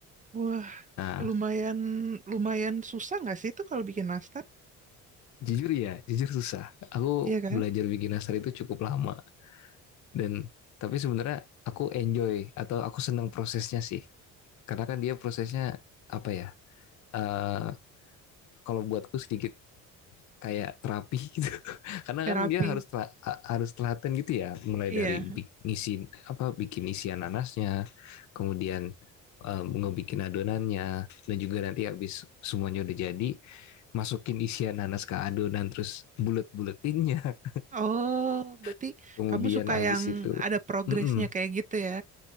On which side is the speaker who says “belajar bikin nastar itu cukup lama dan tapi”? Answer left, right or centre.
Left